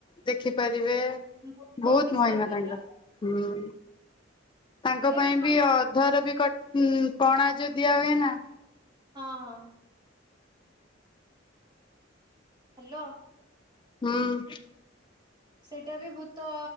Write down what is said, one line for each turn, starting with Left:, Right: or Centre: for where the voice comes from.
Left: ଦେଖିପାରିବେ।
Right: ଭୂତ
Left: ବହୁତ
Right: ପିସାଚର
Left: ମହିମା ତାଙ୍କର ହଁ ତାଙ୍କ
Right: ସେ
Left: ପାଇଁ
Right: ହଁ
Left: ବି ଅଧରବି କ ପଣା ଯୋଉ ଦିଆ ହୁଏ ନା
Right: ହଁ ହଁ। ହାଲୋ।
Left: ହଁ।
Right: ସେଇଟା ବି ଭୂତ